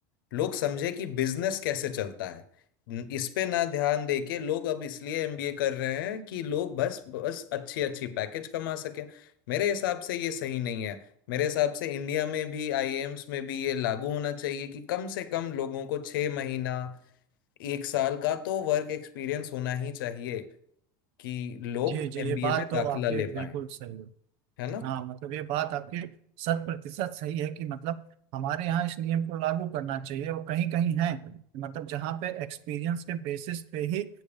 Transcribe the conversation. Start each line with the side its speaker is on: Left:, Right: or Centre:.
Left: लोग समझे कि बिजनेस कैसे चलता है न- इस पे ना ध्यान दे के लोग अब इसलिए एमबीए कर रहे हैं कि लोग बस बस अच्छी अच्छी पैकेज कमा सकें मेरे हिसाब से ये सही नहीं है मेरे हिसाब से इंडिया में भी आईआईएम्स में भी ये लागू होना चाहिए कि कम से कम लोगों को छः महीना एक साल का तो वर्क एक्सपीरियंस होना ही चाहिए कि लोग
Right: जी जी
Left: एमबीए
Right: ये बात
Left: में
Right: तो
Left: दाखिला
Right: आपके
Left: ले
Right: बिल्कुल
Left: पाए
Right: सही है
Left: है ना
Right: हाँ मतलब ये बात आपकी शत प्रतिशत सही है कि मतलब हमारे यहाँ इस नियम को लागू करना चाहिए और कहीं कहीं है मतलब जहाँ पे एक्सपीरियंस के बेसिस पे ही